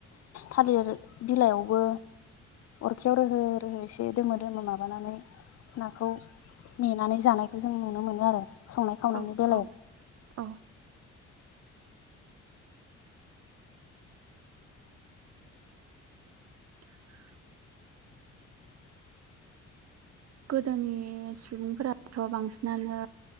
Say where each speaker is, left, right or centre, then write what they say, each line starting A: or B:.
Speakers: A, on the left; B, on the right.
A: थालिर बिलाइयावबो अरखियाव रोहो रोहो एसे दोमो दोमो माबानानै नाखौ नेनानै जानायखौ जों नुनो मोनो आरो। संनाय खावनायनि
B: औ
A: बेलायाव
B: औ औ <unintelligible> गोदोनि सुबुंफोराथ' बांसिनानो